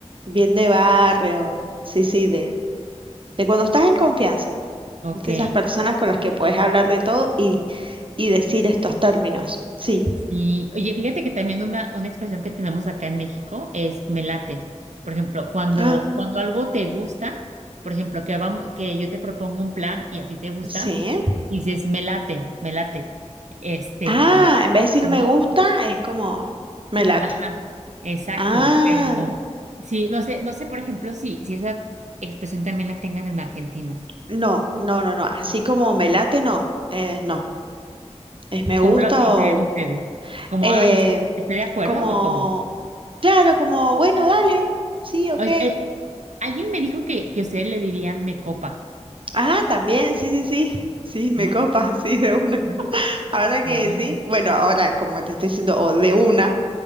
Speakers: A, on the right; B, on the right.
A: Bien de barrio, sí, sí, de, de cuando estás en confianza,
B: ok.
A: viste esas personas con las que puedes hablar de todo y, y decir estos términos. Sí,
B: Y oye, fíjate que también una, una expresión que tenemos acá en México es me late. Por ejemplo, cuando,
A: ah,
B: cuando algo te gusta, por ejemplo, que vamos, que yo te propongo un plan y a ti te gusta,
A: sí.
B: dices me late, me late. Este,
A: Ah, en vez de decir
B: ¿no?
A: me gusta, es como me
B: Mm,
A: late.
B: Ajá, exacto.
A: Ah,
B: Pero sí, no sé, no sé, por ejemplo, si, si esa expresión también la tengan en Argentina.
A: no, no, no, no, así como me late, no, eh, no, es me gusta
B: ¿Cómo la utilizarían
A: o
B: ustedes? ¿Como,
A: eh,
B: ay, est- estoy de acuerdo
A: como,
B: o cómo?
A: claro, como bueno, dale, sí, ok.
B: Oye, eh, Alguien me dijo que, que ustedes le dirían me copa,
A: Ah, también, sí, sí, sí, <laughs> sí, me
B: ¿no?
A: copa, sí, de una.
B: ¿no?
A: Ahora que
B: Ay,
A: sí, bueno, ahora como te estoy diciendo, o de una,